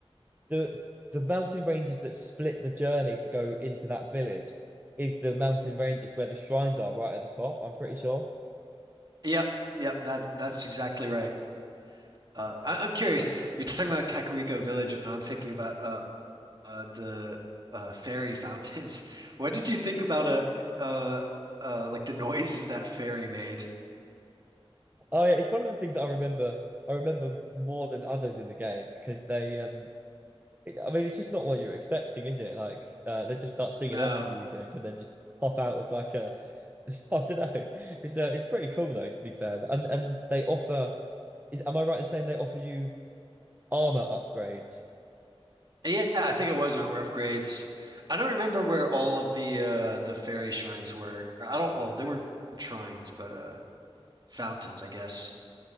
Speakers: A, on the right (about 15°); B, on the right (about 45°).
A: the the mountain ranges that split the journey to go into that village is the mountain ranges where the shrines are right at the top, I'm pretty sure.
B: Yep, yep, that that's exactly right. Uh, I, I'm curious. You're talking about Kakariko Village, and I'm thinking about uh, uh the uh fairy fountains. <laughs> What did you think about uh uh uh like the noises that fairy made?
A: Oh yeah, it's one of the things that I remember I remember more than others in the game because they um it- I mean it's just not what you're expecting, is it? Like uh, they just start singing
B: No.
A: opera music and then just pop out of like a <laughs> I don't know. It's uh, it's pretty cool though to be fair. And and they offer is am I right in saying they offer you armor upgrades
B: Yeah, I think it was armor upgrades. I don't remember where all of the uh the fairy shrines were. I don't, well, they weren't shrines, but uh fountains, I guess.